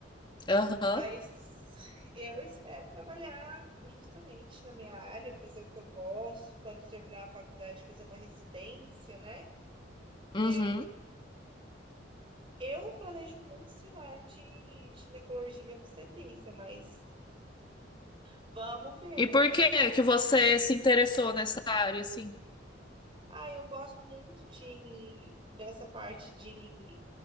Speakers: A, on the left (about 25°); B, on the right (about 30°).
A: Aham.
B: Mas eu espero trabalhar justamente na minha área, fazer o que eu gosto, quando terminar a faculdade, fazer uma residência, né?
A: Uhum.
B: É, Eu planejo muito cenário de ginecologia e obstetrícia, mas Vamos ver,
A: E
B: né?
A: por
B: que-
A: que que você se interessou nessa área assim?
B: Ah, eu gosto muito de dessa parte de